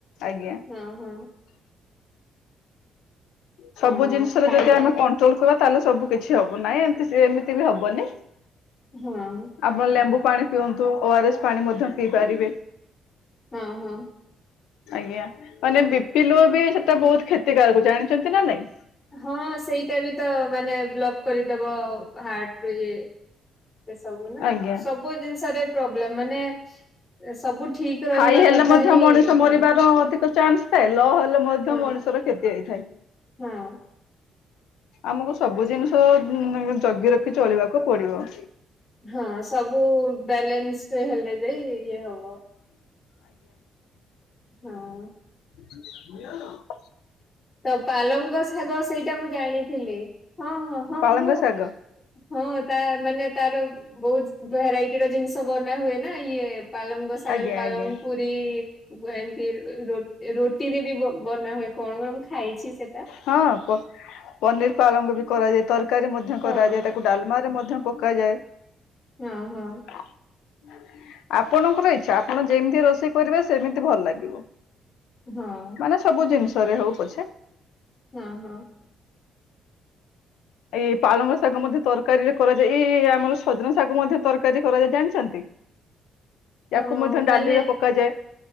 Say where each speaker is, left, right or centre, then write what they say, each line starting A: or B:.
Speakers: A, on the left; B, on the left.
A: ଆଜ୍ଞା।
B: ହଁ ହଁ
A: ସବୁ
B: ହଁ
A: ଜିନିଷରେ
B: ଖାଇବା
A: ଯଦି ଆମେ କଣ୍ଟ୍ରୋଲ କରିବା ତାହେଲେ ସବୁ କିଛି ହବ ନାହିଁ ଏମିତି ଏମିତି ବି ହବନି।
B: ହଁ।
A: ଆପଣ ଲେମ୍ବୁ ପାଣି ପିଅନ୍ତୁ ଓଆରଏସ୍ ପାଣି ମଧ୍ୟ ପିଇ ପାରିବେ।
B: ହଁ ହଁ।
A: ଆଜ୍ଞା ମାନେ ବିପି ଲୋ ବି ସେଟା ବହୁତ କ୍ଷତିକାରକ ଜାଣିଛନ୍ତି ନା ନାଇଁ?
B: ହଁ ସେଇଟା ବି ତ ମାନେ ବ୍ଲକ୍ କରିଦବ ହାର୍ଟ ରଇଏ। ସେ ସବୁ ନା।
A: ଆଜ୍ଞା
B: ସବୁ ଜିନିଷରେ ପ୍ରୋବ୍ଲେମ ମାନେ ସବୁ ଠିକ ରହିବା
A: ହାଇ ହେଲେ
B: କଥା
A: ମଧ୍ୟ
B: ହିଁ
A: ମଣିଷ ମରିବାର
B: ହଁ
A: ଅଧିକ ଚାନ୍ସ ଥାଏ ଲୋ ହେଲେ ମଧ୍ୟ
B: ହଁ
A: ମଣିଷର କ୍ଷତି ହେଇଥାଏ।
B: ହଁ
A: ଆମକୁ ସବୁ ଜିନିଷ ଜଗି ରଖି ଚଳିବାକୁ ପଡ଼ିବ।
B: ହଁ ସବୁ। ବାଲେନ୍ସ ରେ ହେଲେ ଯାଇ ଇଏ ହବ। ହଁ।
A: ବୁଝୁଛ। ହ୍ୟାଲୋ। <inaudible>
B: ତ ପାଲଙ୍ଗ ଶାଗ ସେଇଟା ମୁଁ ଜାଣିଥିଲି। ହଁ ହଁ ହଁ
A: ପାଳଙ୍ଗ
B: ମୁଁ
A: ଶାଗ
B: ହଁ ତା ମାନେ ତାର ବହୁତ ଭେରାଇଟିର ଜିନିଷ ବନା ହୁଏ ନା ଇଏ ପାଲଙ୍ଗ ଶାଗ ଶାଗରେ।
A: ଆଜ୍ଞା
B: ପାଳଙ୍ଗ
A: ଆଜ୍ଞା
B: ପୁରି ପୁରି ଏମିତି ରୁଟିରେ ବି ବନା ହୁଏ କଣ କଣ ମୁଁ ଖାଇଛି ସେଟା।
A: ହଁ ପନିର ପାଳଙ୍ଗ ବି କରାଯାଏ ତରକାରୀ ମଧ୍ୟ
B: ହଁ
A: କରାଯାଏ ତାକୁ। ତାକୁ ଡାଲମାରେ ମଧ୍ୟ ପକାଯାଏ।
B: ହଁ ହଁ।
A: <inaudible> ଆପଣଙ୍କର ଇଚ୍ଛା ଆପଣ ଯେମିତି ରୋଷେଇ କରିବେ ସେମିତି ଭଲ ଲାଗିବ।
B: ହଁ।
A: ମାନେ ସବୁ ଜିନିଷ ରେ ହଉ ପଛେ।
B: ହଁ ହଁ।
A: ଏଇ ପାଳଙ୍ଗ ଶାଗ ମଧ୍ୟ ତରକାରୀରେ କରାଯାଏ ଏଇ ଏଇ ଆମର ସଜନା ଶାଗ ମଧ୍ୟ ତରକାରୀ କରାଯାଏ ଜାଣିଛନ୍ତି।
B: ଅ
A: ୟାକୁ ମଧ୍ୟ
B: ମାନେ
A: ଡାଳିରେ ପକାଯାଏ।